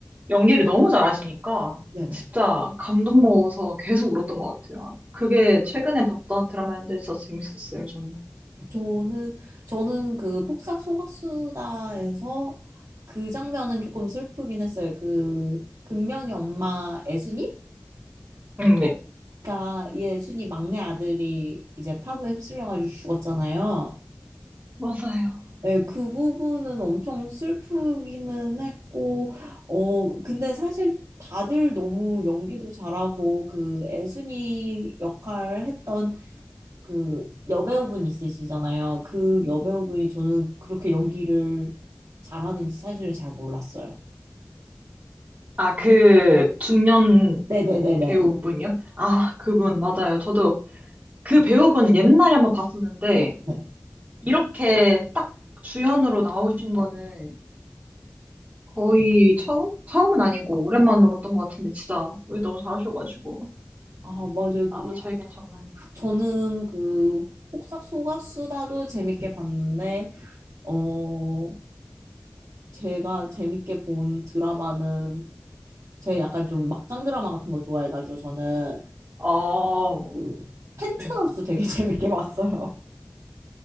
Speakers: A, on the right (about 25°); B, on the right (about 75°).
A: 연기를 너무 잘하시니까,
B: 네네.
A: 진짜 감동 먹어서 계속 울었던 것 같아요. 아, 그게 최근에 봤던 드라마인데 진짜 재밌었어요, 저는.
B: 저는 저는 그 폭삭 소가수다에서 그 장면은 조금 슬프긴 했어요. 그 금명이 엄마 애순이
A: 응, 네.
B: 가 예순이 막내 아들이 이제 파도에 휩쓸려가지고 죽었잖아요.
A: 맞아요.
B: 예, 그 부분은 엄청 슬프기는 했고, 어, 근데 사실 다들 너무 연기도 잘하고, 그 애순이 역할 했던 그 여배우분 있으시잖아요. 그 여배우분이 저는 그렇게 연기를 잘하는지 사실은 잘 몰랐어요.
A: 아, 그 중년
B: 네네네네.
A: 배우분이요? 아, 그분, 맞아요. 저도 그 배우분 옛날에 한번 봤었는데,
B: 네.
A: 이렇게 딱 주연으로 나오신 거는 거의 처음? 처음은 아니고, 오랜만으로 봤던 것 같은데, 진짜, 왜 너무 잘하셔가지고.
B: 아, 맞아요. 그,
A: 아, 저에겐 정말.
B: 저는 그 폭삭 소가수다도 재밌게 봤는데, 어, 제가 재밌게 본 드라마는 제 약간 좀 막장 드라마 같은 거 좋아해가지고 저는
A: 어,
B: 그 펜트하우스
A: 네.
B: 되게 <laughs> 재밌게 봤어요.